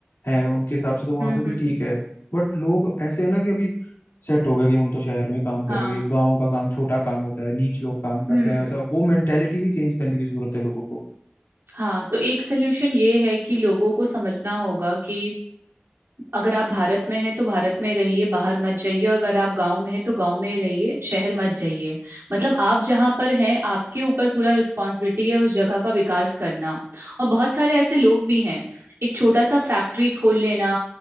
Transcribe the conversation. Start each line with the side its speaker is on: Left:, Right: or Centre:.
Left: है उनके हिसाब से तो वहां
Right: हम्म,
Left: पे भी
Right: हम्म, हम्म,
Left: ठीक है बट लोग ऐसे है ना कि अभी सेट हो गया कि हम तो शहर में काम करेंगे
Right: हाँ
Left: गाँव का काम छोटा काम होता है नीच लोग काम करते
Right: हम्म
Left: हैं वैसा वो मेंटेलिटी भी चेंज करने की जरूरत है लोगों को
Right: हाँ तो एक सोल्यूशन ये है कि लोगों को समझना होगा कि अगर आप भारत में हैं तो भारत में रहिए बाहर मत जाइए अगर आप गांव में हैं तो गांव में ही रहिए शहर मत जाइए मतलब आप जहां पर हैं आपके ऊपर पूरा रिस्पॉन्सिबिलिटी है उस जगह का विकास करना और बहुत सारे ऐसे लोग भी हैं एक छोटा सा फैक्ट्री खोल लेना